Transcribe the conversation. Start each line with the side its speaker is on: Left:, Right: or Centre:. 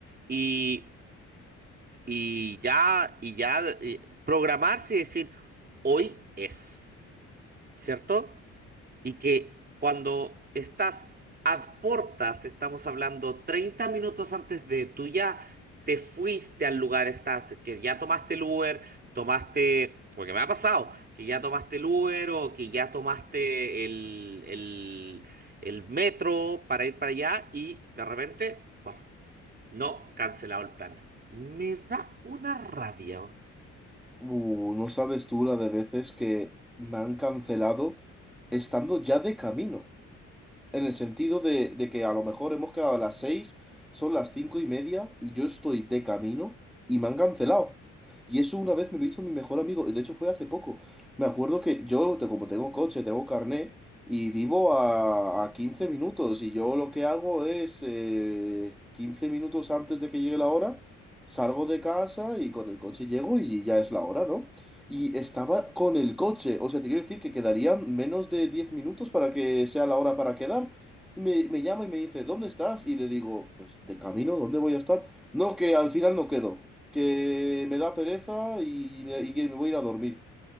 Right: y, y ya, y ya eh, programarse y decir, hoy es, ¿cierto? y que cuando estás a portas, estamos hablando 30 minutos antes de tú ya te fuiste al lugar, estás, que ya tomaste el Uber, tomaste, porque me ha pasado, que ya tomaste el Uber o que ya tomaste el, el, el metro para ir para allá y de repente, pues, no, cancelado el plan. Me da una rabia,
Centre: Uh, no sabes tú la de veces que me han cancelado estando ya de camino. En el sentido de, de que a lo mejor hemos quedado a las seis son las cinco y media y yo estoy de camino y me han cancelado. Y eso una vez me lo hizo mi mejor amigo, y de hecho fue hace poco. Me acuerdo que yo, te- como tengo coche, tengo carné y vivo a, a 15 minutos y yo lo que hago es eh, 15 minutos antes de que llegue la hora, salgo de casa y con el coche llego y ya es la hora, ¿no? Y estaba con el coche, o sea, te quiero decir que quedarían menos de 10 minutos para que sea la hora para quedar. Y me, me llama y me dice, ¿dónde estás? Y le digo, pues de camino, ¿dónde voy a estar? No, que al final no quedo, que me da pereza y, y que me voy a ir a dormir